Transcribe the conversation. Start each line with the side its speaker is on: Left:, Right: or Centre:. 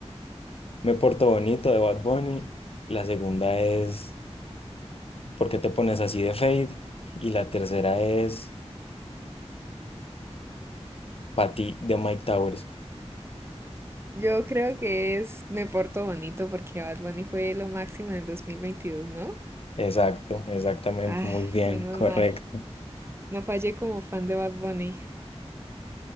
Left: Me porto bonito de Bad Bunny. La segunda es ¿Por qué te pones así de Fade? Y la tercera es Pa' ti de Mike Towers.
Right: yo creo que es Me Porto Bonito porque Bad Bunny fue lo máximo en el 2022, ¿no?
Left: Exacto, exactamente,
Right: Ah,
Left: muy bien,
Right: menos
Left: correcto.
Right: mal. No fallé como fan de Bad Bunny.